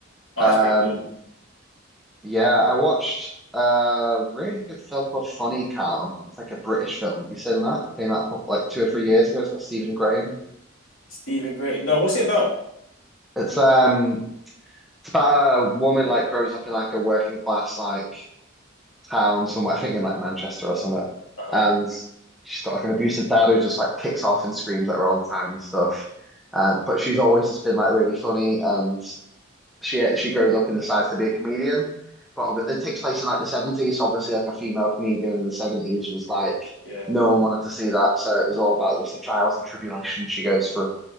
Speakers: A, on the left; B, in the centre.
A: Oh,
B: Um,
A: that's pretty cool.
B: yeah, I watched a really good film called Funny Cow. It's like a British film. Have you seen that? Came out a couple, like two or three years ago. It's got Stephen Graham.
A: Stephen Gray. No, what's it about?
B: It's um, it's about a woman like grows up in like a working class like town somewhere. I think in like Manchester or something.
A: Uh-huh.
B: And she's got like an abusive dad who just like kicks off and screams at her all the time and stuff. Um, but she's always just been like really funny, and she she grows up and decides to be a comedian. But it takes place in like the seventies, so obviously like a female comedian in the seventies was like
A: Yeah.
B: no one wanted to see that, so it was all about just the trials and tribulations she goes through.